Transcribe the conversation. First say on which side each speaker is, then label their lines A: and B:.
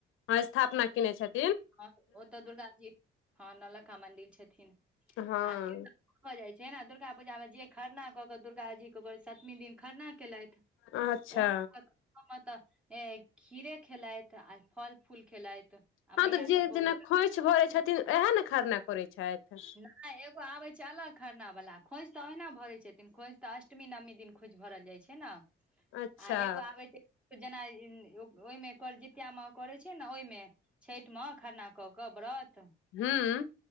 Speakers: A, on the left (about 90°); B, in the centre.
A: हँ स्थापना केने छथि
B: हँ ओ तऽ दुर्गा जी हँ नौलखा मंदिर छथिन
A: हँ
B: आ हो जाइ छै न दुर्गा पूजा मे जे खरना कऽ कऽ दुर्गा जी के सतमी दिन खरना केलथि
A: अच्छा
B: ओ <unintelligible> हम तऽ ए खीरे खेलथि आ फल फूल खेलथि आ
A: हँ
B: मैया
A: तऽ जे
B: के भोग
A: जेना
B: लग
A: खोंइछ भरै छथिन उएह ने खरना करै छथि
B: आ एगो आबे छै अलग खरना वला खोंइछ तऽ ओहिना भरे छथिन खोज तऽ अष्टमी नवमी दिन खोइछ भरल जाइ छै ने आ
A: अच्छा
B: एगो आबै छय जेना ओहिमे जितियामे करै छै ने ओइमे छठि मे खरना कऽ कऽ व्रत
A: हूं